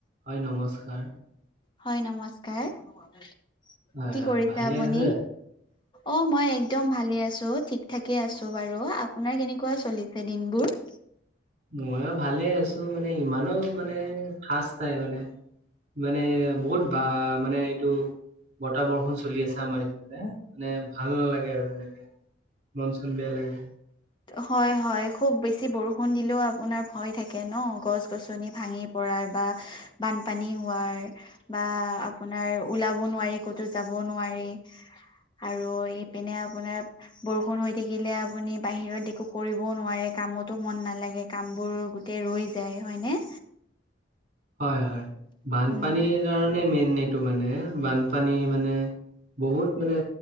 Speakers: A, on the right; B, on the left.
A: হয় নমস্কাৰ
B: হয়, নমস্কাৰ। কি
A: হয় হয়
B: কৰিছে
A: ভালে
B: আপুনি?
A: আছে
B: অ', মই একদম ভালে আছো ঠিক থাকে আছো বাৰু আপোনাৰ কেনেকুৱা চলিছে দিনবোৰ?
A: ময়ো ভালে আছো মানে ইমানো মানে খাচ নাই মানে। মানে বহুত বা মানে এইটো বতাহ বৰষুণ চলি আছে আমাৰ ইফালে, মানে ভাল নালাগে আৰু এনেকে। মন-চন বেয়া লাগে।
B: হয় হয় খুব বেছি বৰষুণ দিলেও আপোনাৰ ভয় থাকে ন গছ গছনি ভাঙি কৰাৰ বা বানপানী হোৱাৰ বা আপোনাৰ ওলাব নোৱাৰি ক'তো যাব নোৱাৰি। আৰু ইপিনে আপোনাৰ বৰষুণ হৈ থাকিলে আপুনি বাহিৰত একো কৰিবও নোৱাৰে কামতো মন নালাগে কামবোৰ গোটেই ৰৈ যায় হয়নে?
A: হয় হয় বানপানীৰ
B: উম
A: কাৰণে মেইন এইটো মানে বানপানী মানে বহুত মানে